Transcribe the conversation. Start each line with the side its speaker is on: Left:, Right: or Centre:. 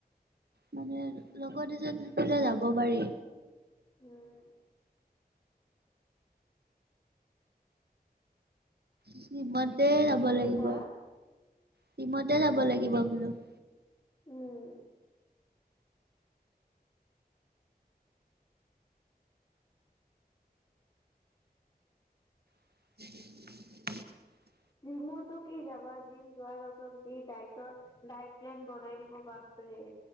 Right: মানে লগত এজন থাকিলে যাব পাৰি।
Left: উম।
Right: স ব <inaudible> যে
Left: কি কৈছা?
Right: লাগিব টিমতে যাব লাগিব। কি বাবলো <inaudible>
Left: উম',
Right: <inaudible>
Left: জিমৰটো কি যাবা। জিম যোৱাৰ লগ - লগ যি ডাইটৰ ডাইট প্লেন বনাই দিব বাপৰে।